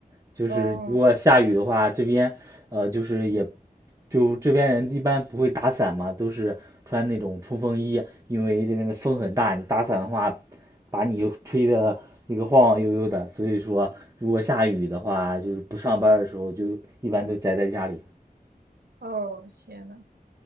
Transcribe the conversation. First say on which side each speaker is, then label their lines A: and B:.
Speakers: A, on the right; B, on the right.
A: 就是如果下雨的话，
B: 哦
A: 这边呃就是也就这边人一般不会打伞嘛，都是穿那种冲锋衣，因为这边的风很大，你打伞的话，把你吹的那个晃晃悠悠的。所以说，如果下雨的话，就是不上班儿的时候，就一般都宅在家里。
B: 哦，天呐，